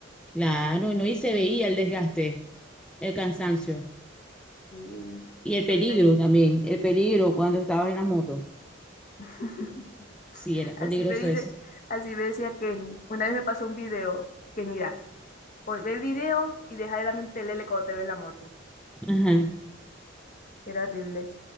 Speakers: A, in the centre; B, on the left.
A: claro, no, y se veía el desgaste, el cansancio
B: Y
A: y el peligro
B: entonces,
A: también, el peligro cuando estabas en las motos.
B: <laughs>
A: Sí, era
B: así
A: peligroso
B: me dice,
A: eso.
B: así me decía Kenny. Una vez me pasó un video que mira, pues ve el video y deja de la mente lele cuando te ve en la moto.
A: Ajá.
B: Era horrible.